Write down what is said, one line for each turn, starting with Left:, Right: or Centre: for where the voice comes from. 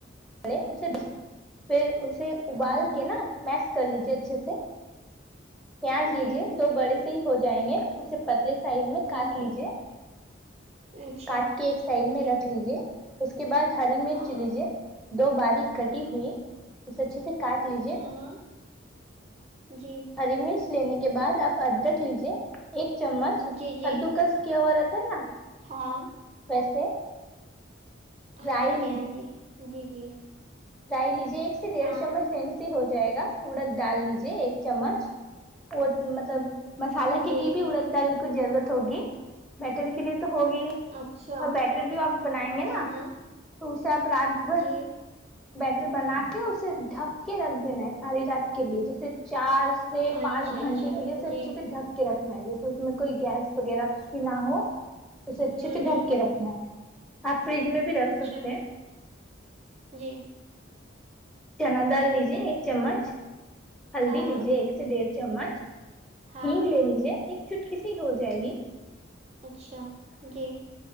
Centre: ے اسے پھر اسے ابال
Right: ہاں ہاں
Centre: کے نا میس کر لیجے اچھے سے پیاز
Right: جی
Centre: لیجے دو بڑے سے ہی ہو جائیں گے اسے پتلے سائز میں
Right: ہوں
Centre: کاٹ
Right: ہوں
Centre: لیجیے
Right: اچھا
Centre: کاٹ کے ایک سائڈ میں
Right: جی
Centre: رکھ لیجیے اس کے بعد ہری مرچ
Right: ہاں
Centre: لیجیے دو بارک کٹی ہوئی اسے اچھے سے کاٹ لیجیے
Right: ہاں جی
Centre: ہری مرچ لینے کے بعد آپ ادرک لیجیے ایک چمچ
Right: جی جی
Centre: کدو کس کیا ہوا رہتا ہے نا
Right: ہاں
Centre: ویسے
Right: ہاں
Centre: رائی
Right: جی ہاں جی جی جی
Centre: ڈائی لیجیے ایک سے ڈیھ
Right: ہاں
Centre: چمچ لےنے ہو جائے گا اڑد ڈال لیجے ایک چمچ وہ مطلب مسالہ
Right: جی
Centre: کے لیے بھی اڑد دال کو ضرورت ہوگی بیٹر کے لیے تو ہوگی
Right: اچھا
Centre: اور بیٹر جو آپ بنائیں گے
Right: ہاں
Centre: نا
Right: ہاں
Centre: تو اس سے آپ رات بھر
Right: جی
Centre: بیٹر بنا کے اسے ڈھک کے رکھ دینا ہے ساری رات کے لیے جیسے چار سے
Right: اچھا
Centre: پانچ گھنٹے
Right: اچھا
Centre: کے لیے اسے اچھے
Right: جی
Centre: سے ڈھک کے رکھنا ہے جیسے اس میں کوئی گیس وغیرہ کچھ بھی نہ ہو اسے اچھے
Right: ہوں
Centre: سے
Right: ہوں
Centre: ڈھک کے رکھنا ہے آپ فریج میں بھی رکھ
Right: اچھا
Centre: سکتے ہیں
Right: جی
Centre: چنا دال لیجے ایک چمچ ہلدی
Right: ہاں
Centre: لیجے ایک سے ڈیڑھ چمچ
Right: ہاں
Centre: ہگ لے لیجے ایک چٹکیسیی ہو جائے گی
Right: اچھا جی